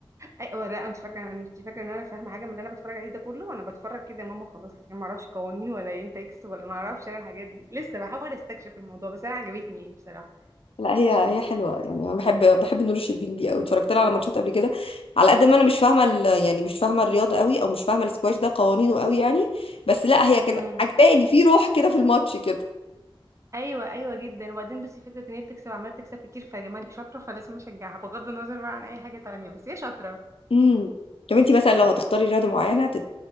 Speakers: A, on the right; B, on the left.
A: ايوه لا انت فاكره انت فاكره ان انا فاهمه حاجه من اللي انا بتفرج عليه ده كله انا بتفرج كده يا ماما خلاص لكن ما اعرفش قوانين ولا امتى يكسب ولا ما اعرفش انا الحاجات دي لسه بحاول استكشف الموضوع بس انا عجبتني يعني بصراحه
B: لا هي هي حلوه يعني انا بحب بحب نور الشربين دي قوي اتفرجت لها على ماتشات قبل كده على قد ما انا مش فاهمه ال... يعني مش فاهمه الرياضه قوي او مش فاهمه السكواش ده قوانينه قوي يعني بس لا هي كان
A: امم
B: عجباني في روح كده في الماتش كده
A: ايوه ايوه جدا وبعدين بس فكره ان هي بتكسب عماله تكسب كتير فيا جماعه دي شاطره فلازم اشجعها بغض النظر بقى عن اي حاجه تانية بس هي شاطره
B: امم طب انتي مثلا لو هتختاري رياضه معينه تت-